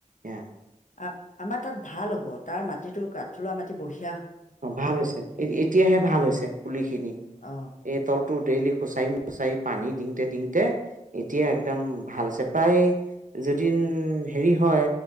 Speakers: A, on the right; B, on the left.
A: এ
B: অ আমাৰ তাত ভাল হ'ব তাৰ ম <unintelligible> টো কাঠলা মাটি বহি
A: অ ভাল হৈছে এতিয়াহে ভাল
B: অ
A: হৈছে পুলি খিনি
B: অ
A: এই তল ফটো ডেইলিুচাইুচাইি পানী দিংটে দিংতে এতিয়া একদম ভাল হৈছে প্ৰায় যদিন হেৰি হয়